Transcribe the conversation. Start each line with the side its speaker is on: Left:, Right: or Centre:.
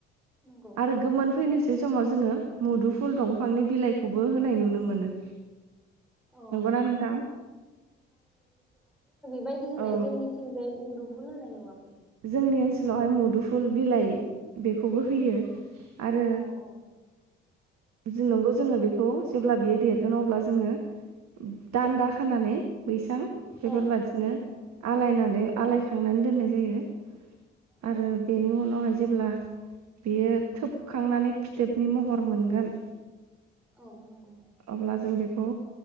Centre: नंगौ
Right: आरो गोमोन फैनोसै समाव जोङो मुदुफुल दंफांनि बिलाइखौबो होनाय नुनो मोनो
Centre: औ
Right: नंगौना नोंथां
Centre: बायदि होनाय
Right: औ
Centre: जोंनिथिंजाय मुद <unintelligible>
Right: जोंनि ओनसोलावहाय मुदुफुल बिलाइ बेखौबो होयो आरो
Centre: औ
Right: जेनबा जोङो बेखौ जेब्ला बियो देरगोन अब्ला जोङो ओम दान्दा
Centre: औ
Right: खानानै बैसां बेफोरबादिनो
Centre: औ नंगौ नंगौ
Right: आलायनानै आलायखांनानै दोननाय जायो आरो
Centre: औ
Right: बेनि उनावहाय जेब्ला बियो थोबखांनानै फिथोबनि महर मोनगोन
Centre: औ नंगौ
Right: अब्ला जों बेखौ